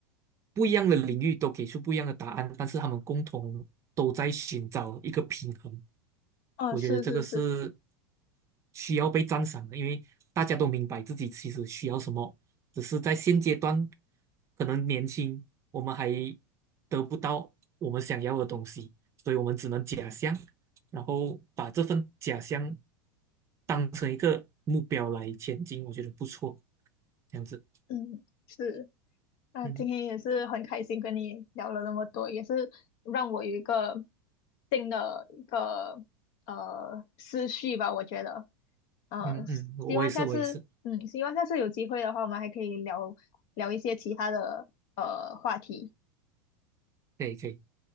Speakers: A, on the right; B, on the left.
A: 不一样的领域都给出不一样的答案，但是他们共同都在寻找一个平衡。
B: 哦，
A: 我觉得这个是
B: 是是是，
A: 需要被赞赏的，因为大家都明白自己其实需要什么，只是在现阶段可能年轻，我们还得不到我们想要的东西，所以我们只能假象，然后把这份假象当成一个目标来前进，我觉得不错，这样子。
B: 嗯，是。那今天也是很开心跟你聊了那么多，
A: 嗯
B: 也是让我有一个新的一个呃思绪吧，我觉得，呃，
A: 嗯嗯，我也是，
B: 希望下次，
A: 我也是，
B: 嗯，希望下次有机会的话，我们还可以聊聊一些其他的呃话题。
A: 可以可以，